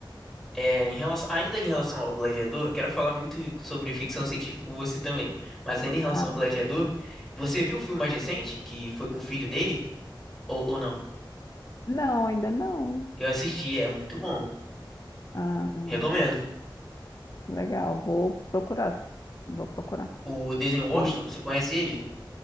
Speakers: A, in the centre; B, on the left (about 45°).
A: É, em relação, ainda em relação ao Gladiador, eu quero falar muito sobre ficção científica com você também. Mas ainda em relação
B: Ah,
A: ao Gladiador, você viu o filme mais recente, que foi com o filho dele? Ou, ou não?
B: não, ainda não.
A: Eu assisti, é muito bom.
B: Ah,
A: Recomendo.
B: legal, vou procurar, sim. vou procurar.
A: O Denzel Washington,
B: E,
A: você conhece ele?